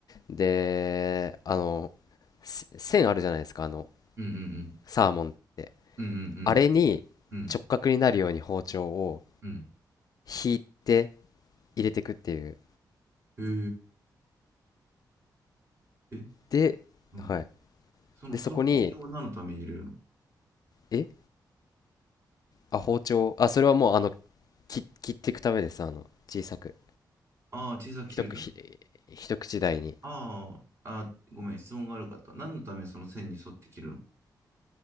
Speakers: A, on the left; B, on the right.
A: で、あの、せ線あるじゃないですか、あの、
B: うん
A: サーモンって。
B: うん。うんうん
A: あれに
B: うん。うん
A: 直角になるように包丁を
B: うん。
A: 引いて入れていくっていう。
B: へえ。え
A: で、
B: うん。
A: はい。
B: その、
A: で、そこに、
B: その包丁は何のために入れるの
A: えあ、包丁。あ、それはもう、あの、き切っていくためです。あの、小さく。
B: ああー、小さく切るため。
A: 一口ひ、一口大に。
B: あーあー、あごめん、質問が悪かった。何のためその線に沿って切るの